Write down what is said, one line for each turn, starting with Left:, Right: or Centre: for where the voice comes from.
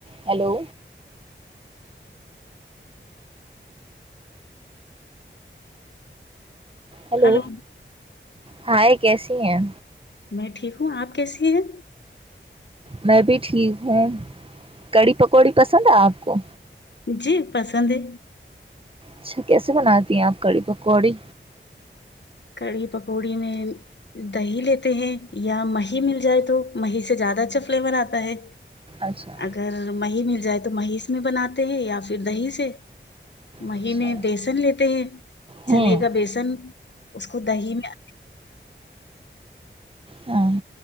Right: Hello hello
Left: hello
Right: hi کیسی ہیں
Left: میں ٹھیک ہوں اپ کیسی ہیں
Right: میں بھی ٹھیک ہوں کڑی پکوڑی پسند ہے اپ کو
Left: جی پسند ہے
Right: اچھا کیسے بناتی ہیں اپ گاڑی پکوڑی
Left: کڑی پکوڑی میں دہی لیتے ہیں یا مہی مل جائے تو ماہی سے زیادہ اچھا فلیم بناتا ہے
Right: اچھا
Left: اگر مئی میں جائے تو مہیش میں بناتے ہیں یا پھر دہی سے مہینے
Right: اچھا
Left: بیسن لیتے ہیں
Right: ہوں
Left: چنے کا بیسن اس کو دہی میں
Right: ہاں